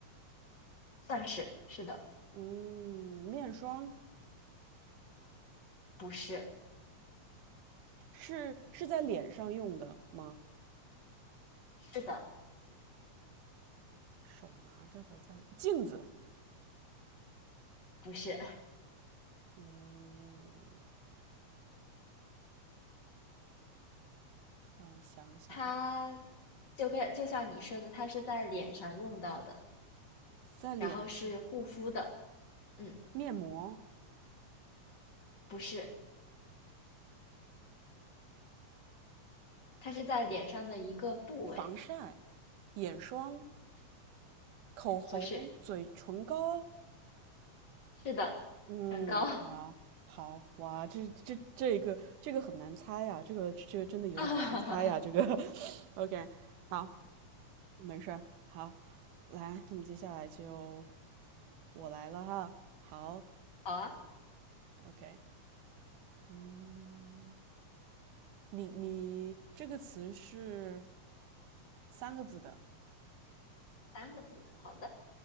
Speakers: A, on the left; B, on the right.
A: 算是是的，
B: 嗯，面霜
A: 不是，
B: 是是在脸上用的吗？
A: 是的，
B: 手拿着的在镜子，
A: 不是。
B: 嗯，让我想想，
A: 它就跟就像你说的，它是在脸上用到的，
B: 在脸上，
A: 然后是护肤的，嗯，
B: 面膜、
A: 不是，它是在脸上的一个部位，
B: 防晒、眼霜、口红、
A: 不是，
B: 嘴唇膏。
A: 是的，
B: 嗯，
A: 唇膏 <laughs>
B: 好，好，哇，这这这个这个很难猜呀，这个这个真的有点难猜呀，
A: 啊，
B: 这个。<laughs> OK，好，没事儿，好，来，那么接下来就我来了哈。好
A: 好啊，
B: ，OK，嗯，你你这个词是三个字的，
A: 三个字，好的，